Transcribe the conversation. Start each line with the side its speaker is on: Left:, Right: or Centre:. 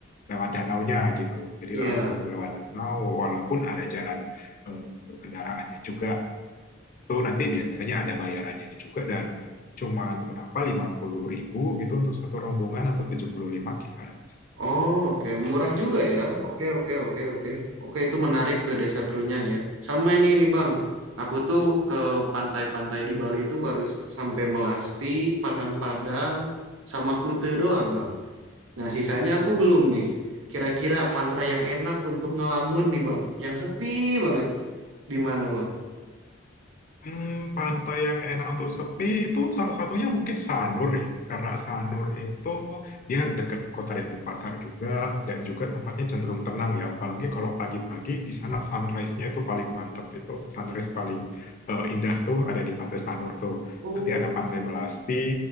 Left: lewat danaunya gitu. Jadi
Right: Iya.
Left: langsung lewat danau walaupun ada jalan eh, untuk kendaraannya juga itu nanti biasanya ada bayarannya juga dan cuman berapa 50.000 gitu untuk satu rombongan atau 75 kisaran
Right: Oh, oke, Murah juga ya. Oke, oke, oke, oke. Oke, itu menarik tuh Desa Trunyan ya. Sama ini nih, Bang. Aku tuh ke pantai-pantai di Bali itu baru s- sampai Melasti, Padang-Padang, sama Kute doang, Bang. Nah, sisanya aku belum nih. Kira-kira pantai yang enak untuk ngelamun nih, Bang. Yang sepi banget. Di mana, Bang?
Left: Hmm, pantai yang enak untuk sepi itu salah satunya mungkin Sanur ya, karena Sanur itu dia dekat Kota Denpasar juga dan juga tempatnya cenderung tenang ya, apalagi kalau pagi-pagi di sana sunrise-nya itu paling mantep itu sunrise paling eh, indah tuh ada di Pantai Sanur tuh.
Right: Oh,
Left: Nanti ada Pantai Melasti